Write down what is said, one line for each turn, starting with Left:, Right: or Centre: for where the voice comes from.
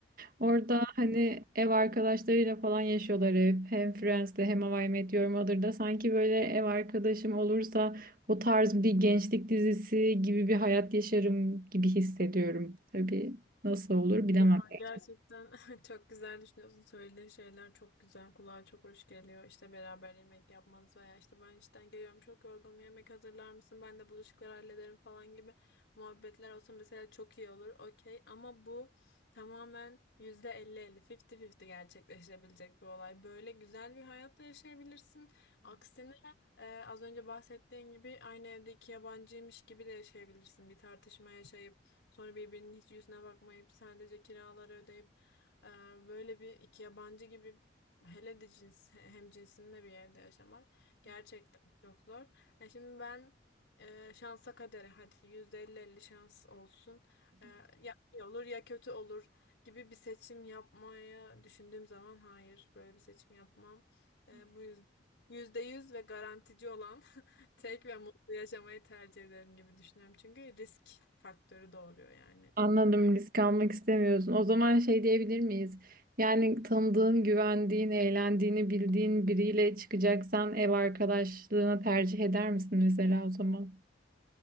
Right: Orada hani ev arkadaşlarıyla falan yaşıyorlar hep. Hem Friends'te hem How I Met Your Mother'da sanki böyle ev arkadaşım olursa o tarz bir gençlik dizisi gibi bir hayat yaşarım gibi hissediyorum. Tabii nasıl olur bilemem.
Left: Ya
Right: <laughs>
Left: gerçekten <laughs> çok güzel düşünüyorsun. Söylediğin şeyler çok güzel. Kulağa çok hoş geliyor. İşte beraber yemek yapmanız veya işte ben işten geliyorum çok yorgunum yemek hazırlar mısın? Ben de bulaşıkları hallederim falan gibi muhabbetler olsa mesela çok iyi olur. Okey ama bu tamamen yüzde elli elli 50-50 gerçekleşebilecek bir olay. Böyle güzel bir hayatta yaşayabilirsin. Aksine e, az önce bahsettiğin gibi aynı evde iki yabancıymış gibi de yaşayabilirsin. Bir tartışma yaşayıp Sonra birbirinin hiç yüzüne bakmayıp sadece kiraları ödeyip e, böyle bir iki yabancı gibi hele de cins hem cinsinde bir yerde yaşamak gerçekten çok zor. E şimdi ben e, şansa kadere hadi yüzde elli elli şans olsun E, ya iyi olur ya kötü olur gibi bir seçim yapmaya düşündüğüm zaman hayır böyle bir seçim yapmam. E, bu yüzden %100 ve garantici olan <laughs> Tek ve mutlu yaşamayı tercih ederim gibi düşünüyorum. Çünkü risk faktörü doğuruyor yani.
Right: Anladım risk almak istemiyorsun. O zaman şey diyebilir miyiz? Yani tanıdığın, güvendiğin, eğlendiğini bildiğin biriyle çıkacaksan ev arkadaşlığına tercih eder misin mesela o zaman?